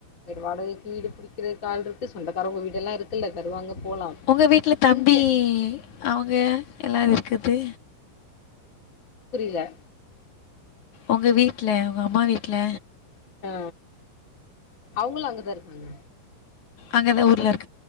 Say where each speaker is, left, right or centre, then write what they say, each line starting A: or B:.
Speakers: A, on the left; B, on the left.
A: பட் வாடகைக்கு வீடு பிடிக் கிறத்க்கு ஆள் இருக்கு சொந்தக்காரவ்ங்க வீடெல்லா இருக்குல்ல தருவாங்க போலா
B: உங்க வீட்ல தம்பி
A: இங்க
B: அவுங்க எல்லா இருக்குது
A: புரில
B: உங்க வீட்ல உங்க அம்மா வீட்ல
A: அ அவுங்களு அங்கதா இருக்காங்க
B: அங்கதா ஊர்ல இரு